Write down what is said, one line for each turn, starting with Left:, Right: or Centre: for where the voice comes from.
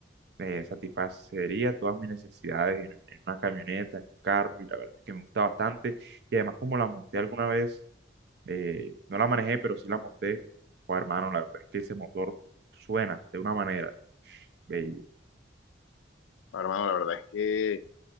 Right: eh, satisfacería todas mis necesidades en, en una camioneta, en un carro, y la verdad es que me gusta bastante. Y además como la monté alguna vez, eh, no la manejé, pero sí la monté, pues hermano, la verdad es que ese motor suena de una manera. Ve,
Left: Ah, hermano, la verdad es que,